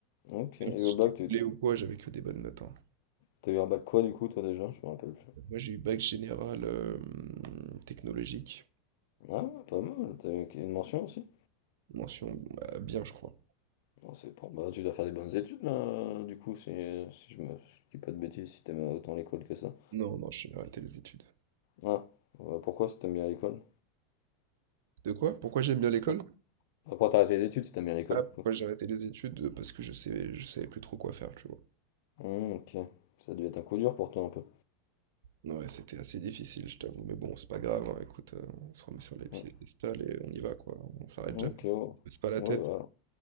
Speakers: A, on the left (about 65°); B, on the right (about 65°).
A: Ok, et
B: Même si
A: au
B: j'étais
A: bac, t'as
B: coulé
A: eu...
B: ou quoi, j'avais que des bonnes notes, hein.
A: t'as eu un bac quoi, du coup, toi, déjà? Je me rappelle plus.
B: Moi, j'ai eu bac général, hem, technologique,
A: Ah, ouais, pas mal, t'as eu une mention aussi.
B: mention, bah, bien, je crois.
A: Bon, c'est bon, bah, tu dois faire des bonnes études, là, du coup, si, si je me si je dis pas de bêtises, si t'aimes autant l'école que ça.
B: Non, non, j'ai arrêté les études.
A: Ah, ouais, pourquoi si t'aimes bien l'école?
B: De quoi? Pourquoi j'aime bien l'école?
A: Pourquoi pourquoi t'as arrêté les études si t'aimes bien l'école,
B: Ah,
A: du
B: pourquoi
A: coup?
B: j'ai arrêté les études? Heu, parce que je sais je savais plus trop quoi faire, tu vois?
A: Hum, ok, ça a dû être un coup dur pour toi, un peu.
B: Ouais, c'était assez difficile, je t'avoue, mais bon, c'est pas grave, hein, écoute, heu, on se remet sur les piédestals
A: Hum,
B: et on y va, quoi, on s'arrête
A: Ok,
B: jamais.
A: ouais,
B: Baisse pas la
A: Ouais,
B: tête.
A: voilà,